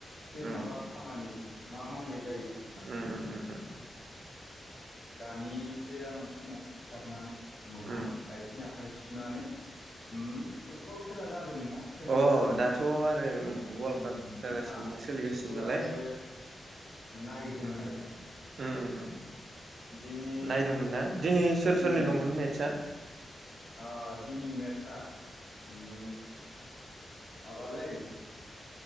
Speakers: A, on the left; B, on the right.
A: सै
B: उम
A: माबा खामानि मा मावनाय जायो साननोसै
B: उम उम उम उम
A: दानिसो आङो फुङाव सिखारनानै मोखां
B: उम
A: आइथि आखाय सुनानै उम फुटबल खेला ज दोंमोनना सोलिगासिनो
B: अ दाथ' आरो वर्ल्ड
A: उम
B: काप जागासिनो
A: फिफा
B: सोलिगासिनो
A: बेखौ
B: नालाय
A: आरो नायदोंमोन
B: उम
A: आरो दा
B: उम उम उम
A: दिनै
B: नायदोंमोन ना दिनै सोर
A: उम
B: सोरनि दंमोन मेटसआ
A: अ दिनै मेथ सा उम माबालै